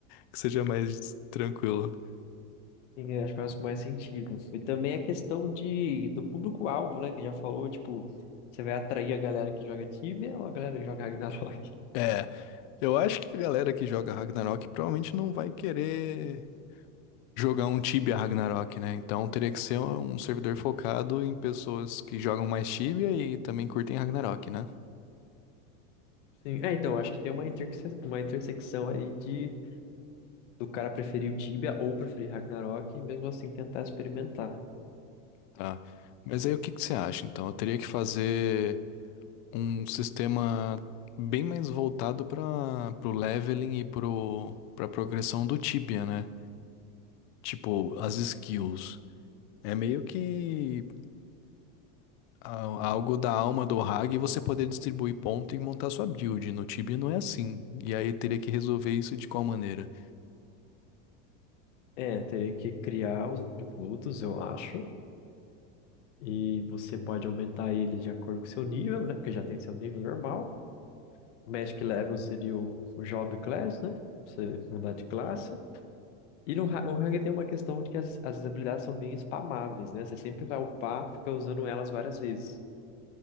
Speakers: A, on the left (about 40°); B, on the left (about 70°).
A: que seja mais tranquilo.
B: E acho que faz mais sentido. E também a questão de, do público-alvo, né? Que já falou, tipo, você vai atrair a galera que joga Tibia ou a galera que joga Ragnarok?
A: É, eu acho que a galera que joga Ragnarok provavelmente não vai querer jogar um Tibia Ragnarok, né? Então teria que ser um servidor focado em pessoas que jogam mais Tibia e também curtem Ragnarok, né?
B: <laughs> Sim. É, então, acho que tem uma, interse uma intersecção aí de do cara preferir o Tibia ou preferir Ragnarok e mesmo assim tentar experimentar.
A: Tá. Mas aí o que que você acha? Então eu teria que fazer um sistema bem mais voltado para pro leveling e pro para progressão do Tibia, né? Tipo, as skills. É meio que a- algo da alma do Hag e você poder distribuir ponto e montar sua build. No Tibia não é assim. E aí teria que resolver isso de qual maneira?
B: É, teria que criar os atributos, eu acho. E você pode aumentar ele de acordo com seu nível, né? Porque já tem seu nível normal. O Magic Level seria o, o Job Class, né? Você mudar de classe. E no, Ra- o Ranger tem uma questão de que as, as habilidades são bem spamáveis, né? Você sempre vai upar, fica usando elas várias vezes,